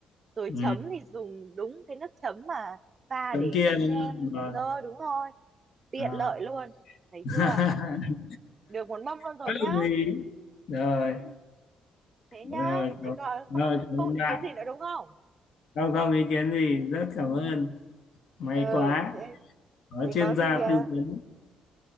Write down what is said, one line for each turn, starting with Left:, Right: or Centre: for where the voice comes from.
Right: rồi
Left: ừ.
Right: chấm thì dùng đúng cái nước chấm mà pha
Left: tấm
Right: để
Left: kia
Right: chấm
Left: đúng
Right: nem
Left: không? rồi
Right: nơ đúng rồi tiện
Left: à.
Right: lợi luôn thấy
Left: <laughs>
Right: chưa được một mâm luôn rồi
Left: Bất
Right: nhá
Left: đồng ý rồi
Right: ừ. thế
Left: rồi
Right: nhá thế
Left: cảm-
Right: còn
Left: rồi
Right: không
Left: cảm
Right: không
Left: ơn
Right: ý
Left: bạn
Right: kiến gì nữa đúng không
Left: không không ý kiến gì
Right: ừ.
Left: rất cảm
Right: ừ
Left: ơn may
Right: Ừ,
Left: quá
Right: thế
Left: có
Right: thế
Left: chuyên
Right: có
Left: gia
Right: gì ờ,
Left: tư vấn